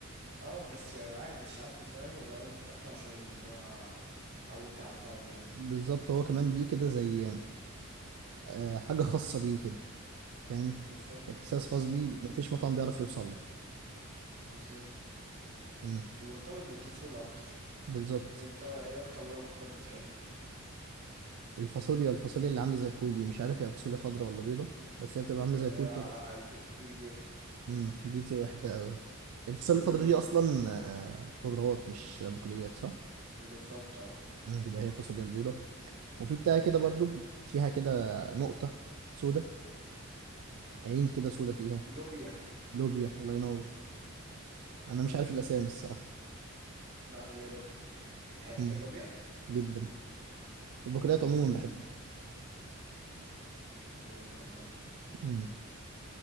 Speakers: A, on the right; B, on the right.
A: اه بس عادي ساعات بيفهم لو انت بتاكله عشان هو عودت على طعمه يعني
B: بالظبط هو كمان ليه كده زي آه حاجه خاصه بيه كده فاهم
A: بالظبط
B: احساس
A: بالظبط
B: خاص بيه مفيش مطعم بيعرف يوصل له
A: بالظبط
B: امم
A: ومرتبط بالطفولة أكتر
B: بالظبط
A: أنت إيه أكتر نوع مكلاب بتحبه؟
B: الفاصوليا الفاصوليا اللي عامله زي الفول دي مش عارف هي فاصوليا خضراء ولا بيضه بس هي بتبقى عامله
A: اللي
B: زي الفول
A: هي على
B: كده
A: قلب دي البيضة
B: امم دي بتبقى بحبها قوي الفاصوليا
A: أمم،
B: الخضراء دي اصلا آه، خضروات مش بقوليات صح
A: بالظبط أه
B: امم دي بقى هي الفاصوليا البيضاء وفي بتاع كده برضو فيها كده نقطة سودة عين كده سودة
A: أمم،
B: فيها
A: لوبيا
B: لوبيا الله ينور انا
A: لوبيا
B: مش عارف الاسامي الصراحة
A: لا هي لوبيا تحب
B: امم
A: اللوبيا؟
B: جدا البقوليات
A: أمم،
B: عموما بحبها
A: البقوليات عامة
B: امم